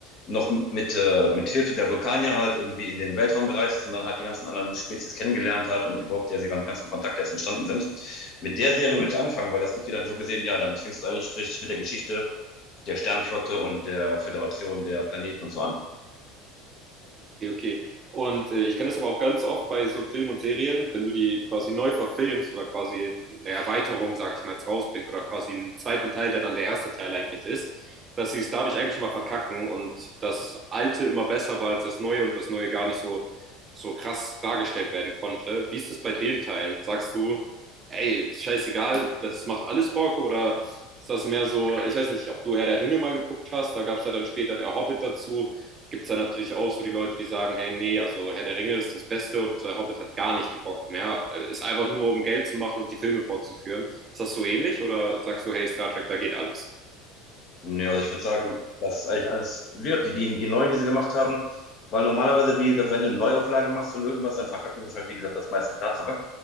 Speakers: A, on the left (about 50°); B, on the right (about 30°).
A: noch mit, äh, mit Hilfe der Vulkanier halt irgendwie in den Weltraum gereist ist und dann halt die ganzen anderen Spezies kennengelernt hat und überhaupt der sie ganzen Kontakt erst entstanden sind. Mit der Serie würde ich anfangen, weil das gibt dir dann so gesehen, ja, damit fängst du eigentlich richtig mit der Geschichte der Sternflotte und der Föderation der Planeten und so an.
B: Okay, okay. Und äh, ich kenne das aber auch ganz oft bei so Filmen und Serien, wenn du die quasi neu verfilmst oder quasi eine Erweiterung, sage ich mal, jetzt rausbringst oder quasi einen zweiten Teil, der dann der erste Teil eigentlich ist, dass sie es dadurch eigentlich immer verkacken und das Alte immer besser war als das Neue und das Neue gar nicht so, so krass dargestellt werden konnte. Wie ist das bei den Teilen? Sagst du, ey, scheißegal, das macht alles Bock oder ist das mehr so, ich weiß nicht, ob du Herr der Ringe mal geguckt hast, da gab es ja dann später der Hobbit dazu gibt es dann natürlich auch so die Leute, die sagen, hey, nee, also Herr der Ringe ist das Beste und äh, Hobbit hat gar nicht gebockt mehr. Äh, Ist einfach nur, um Geld zu machen und die Filme fortzuführen. Ist das so ähnlich oder sagst du, hey, Star Trek, da geht alles?
A: Ja, also ich würde sagen, das ist eigentlich alles, wie gesagt, die, die, die neuen, die sie gemacht haben, weil normalerweise, wie gesagt, wenn du eine Neuauflage machst von irgendwas, dann verkacken sie es halt, wie gesagt, das meiste Tatsache.